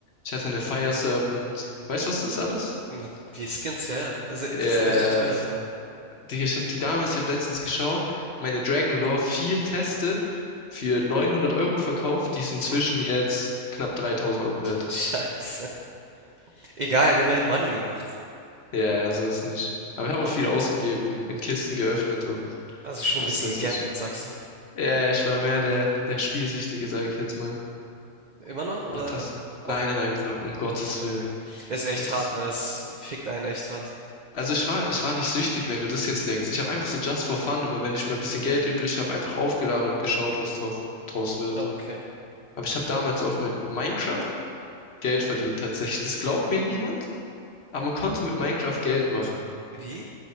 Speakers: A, on the left; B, on the right.
A: ich hatte eine Fire Serpent. Weißt du, was das ist alles?
B: Na, die Skins, ja, ja. Also,
A: Yes.
B: die sind richtig teuer sogar.
A: Digga, ich hab die damals, ich habe letztens geschaut, meine Dragon Lore viel testet, für 900 Euro verkauft, die ist inzwischen
B: Mhm.
A: jetzt knapp 3000 Euro wert.
B: <laughs> Scheiße. Egal, immerhin Money gemacht.
A: Ja, ja, so ist nicht. Aber ich habe
B: Ah,
A: auch viel ausgegeben, in Kisten geöffnet und
B: also schon
A: was
B: ein bisschen
A: weiß
B: gegambelt,
A: ich.
B: sagst du?
A: Ja, ja, ich war mehr der, der Spielsüchtige, sage ich jetzt mal.
B: Immer noch oder
A: Abpassen.
B: aufgehört?
A: Nein, nein, nein, Bruder, um Gottes
B: Okay.
A: Willen.
B: Ist
A: Um
B: echt
A: Gottes.
B: hart,
A: Willen.
B: ne? Es fickt einen echt hart.
A: Also ich war, ich war nicht süchtig, wenn du das jetzt denkst. Ich habe einfach so just for fun, immer wenn ich mal ein bisschen Geld übrig habe, einfach aufgeladen und geschaut, was drauf, draus wird.
B: Ah, okay.
A: Aber ich habe damals auch mit Minecraft Geld verdient tatsächlich. Das glaubt mir niemand, aber man konnte mit Minecraft Geld machen.
B: Wie?